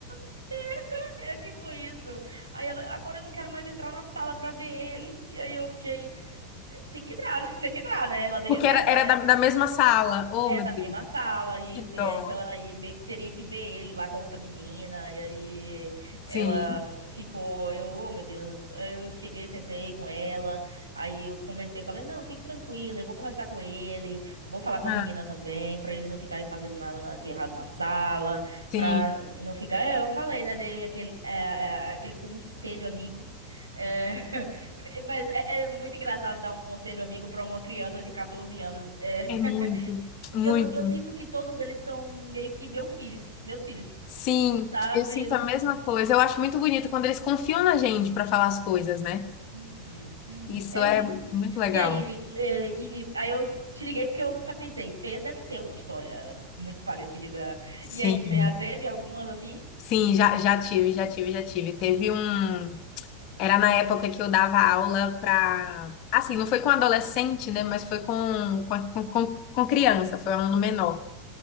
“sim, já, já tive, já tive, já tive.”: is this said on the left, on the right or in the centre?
Left